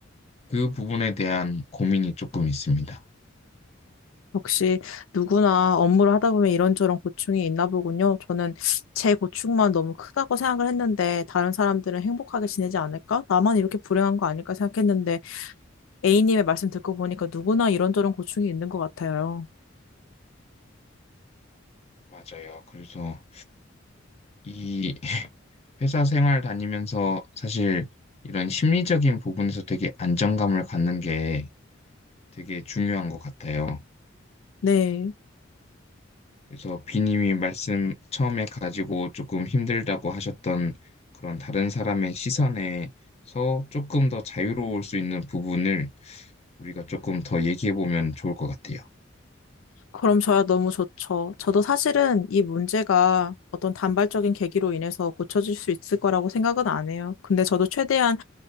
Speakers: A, on the left; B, on the left.
A: 그 부분에 대한 고민이 조금 있습니다.
B: 역시 누구나 업무를 하다 보면 이런저런 고충이 있나 보군요. 저는 제 고충만 너무 크다고 생각을 했는데 다른 사람들은 행복하게 지내지 않을까? 나만 이렇게 불행한 거 아닐까 생각했는데 A님의 말씀 듣고 보니까 누구나 이런저런 고충이 있는 것 같아요.
A: 맞아요. 그래서 이 <laughs> 회사 생활 다니면서 사실 이런 심리적인 부분에서 되게 안정감을 갖는 게 되게 중요한 것 같아요.
B: 네.
A: 그래서 비님이 말씀 처음에 가지고 조금 힘들다고 하셨던 그런 다른 사람의 시선에서 조금 더 자유로울 수 있는 부분을 우리가 조금 더 얘기해 보면 좋을 것 같아요.
B: 그럼 저야 너무 좋죠. 저도 사실은 이 문제가 어떤 단발적인 계기로 인해서 고쳐질 수 있을 거라고 생각은 안 해요. 근데 저도 최대한